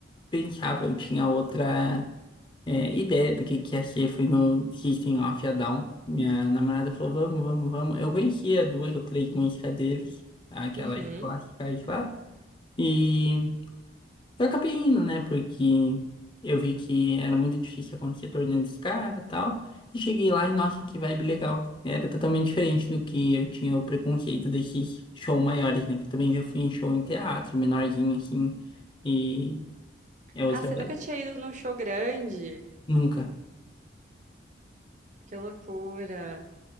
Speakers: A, on the left (about 25°); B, on the right (about 45°).
A: pensava, eu tinha outra é, ideia do que, que ia ser, foi no System of a Down. Minha namorada falou, vamos, vamos, vamos. Eu conhecia duas ou três músicas deles, aquelas
B: uhum.
A: clássicas lá, e eu acabei indo, né? Porque eu vi que era muito difícil acontecer torneio dos caras e tal. E cheguei lá e, nossa, que vibe legal. Era totalmente diferente do que eu tinha o preconceito desses shows maiores, né? Que eu também já fui em show em teatro, menorzinho, assim. E é outra
B: Ah, você
A: vibe.
B: nunca tinha ido num show grande?
A: Nunca.
B: Que loucura.